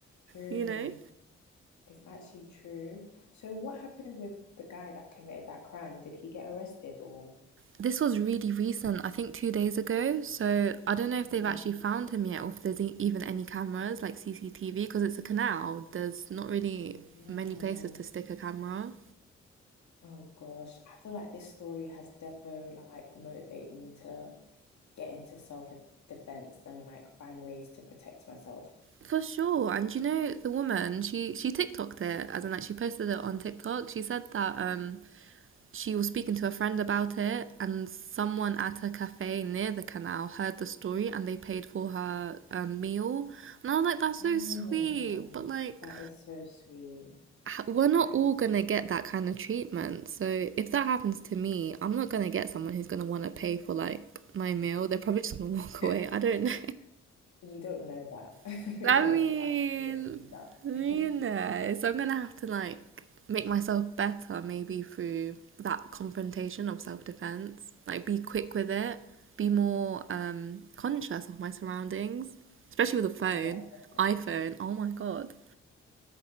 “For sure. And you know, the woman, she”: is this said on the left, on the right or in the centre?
Right